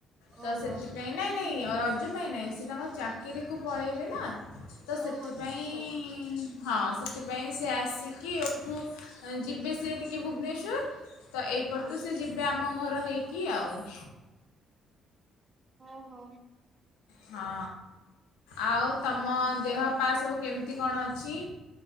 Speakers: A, on the left; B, on the right.
A: ତ
B: ଓହୋ
A: ସେଥିପାଇଁ ନାଇଁ ନାଇଁ ରଜ ପାଇଁ ନାହିଁ ସେ ତାଙ୍କ ଚାକିରିକୁ ପଳାଇବେ ନା। ତ ସେଥିପାଇଁ
B: ଓହୋ ଆସ
A: ହଁ ସେ ସେଥିପାଇଁ ସେ ଆସିକି ଏହିଠୁ ଯିବେ ସେ ଟିକେ ଭୁବନେଶ୍ୱର ତ ଏଇପଟୁ
B: ହଁ
A: ସେ ଯିବେ ଆମ ଘର ହେଇକି ଆଉ। <inaudible>
B: ଓହୋ।
A: ହଁ। ଆଉ ତମ ଦେହ ପା ସବୁ କେମିତି କଣ ଅଛି?